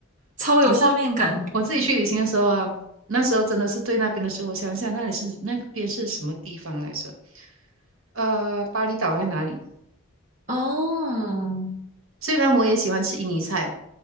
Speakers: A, on the right; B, on the right.
A: 超有画面感。
B: 我是我自己去旅行的时候啊，那时候真的是对那边的时候，我想想那里是那边是什么地方来着？呃，巴厘岛还是哪里？
A: 哦，
B: 虽然我也喜欢吃印尼菜，